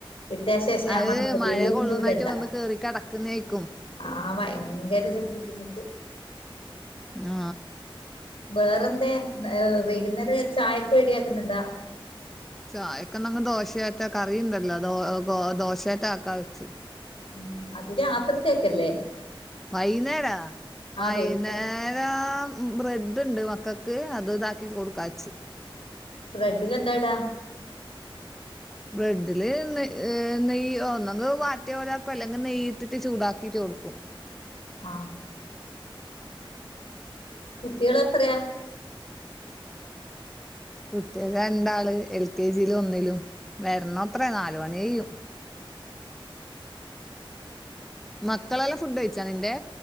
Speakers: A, on the left; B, in the centre.
A: വിട്ട ശേഷം ഞാൻ
B: അത്
A: പറഞ്ഞ
B: മഴ
A: <unintelligible>
B: കൊള്ളുന്നായിട്ട്
A: ഇടണ്ട
B: വന്ന് കേറി കെടക്കുന്നേയ്ക്കും.
A: ആ ഭയങ്കര ബുദ്ധിമുട്ട്
B: ആ
A: വേറെന്ത ഏ വൈകുന്നേരം ചായൊക്കെ റെഡിയാക്കുന്നുണ്ടോ
B: ചായക്കെ നങ് ദോശയാട്ട കറിയുണ്ടല്ലോ ദോശയാട്ട ആക്ക വെച്ച്
A: ഉ അതി രത്രിത്തേക്കല്ലേ?
B: വൈന്നേര വൈന്നേര
A: വൈകുന്നേരം
B: ബ്രെഡ്ണ്ട് മ മക്കക്ക് അത് ഇതാക്കിട്ട് കൊടുക്കാച്ച്
A: ബ്രെഡ്ഡില് എന്താ ഇടാ?
B: ബ്രെഡില് നെ നെയ് ഒന്നങ്ക വാറ്റ പോലപ്പ അല്ലെങ്കിൽ നെയ്ട്ട് ചൂടാക്കിട്ട് കൊടുക്കും
A: ആ കുട്ടികൾ എത്രയാ?
B: കുട്ടികള് രണ്ടാള് എൽ കെ ജിയിലും ഒന്നിലും വരണ അത്രേ നാല് മണി കഴിയും മക്കളെല്ല ഫുഡ് കഴിച്ചാ നിന്റെ?